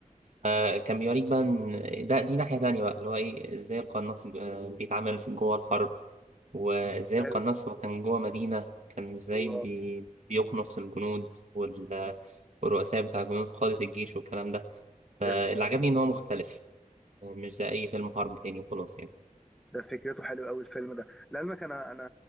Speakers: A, on the right; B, in the centre.
A: آه كان بيوريك بقى إن ده دي ناحية تانية بقى اللي هو إيه إزاي القناص آه، بيتعامل في جوه الحرب وإزاي
B: امم
A: القناص هو كان جوه مدينة كان إزاي
B: الله
A: بي بيقنص الجنود وال والرؤساء بتاع الجنود قادة الجيش والكلام ده فاللي
B: يا سلام
A: عجبني إن هو مختلف مش زي أي فيلم حرب تاني وخلاص يعني
B: ده فكرته حلوه قوي الفيلم ده لعلمك انا انا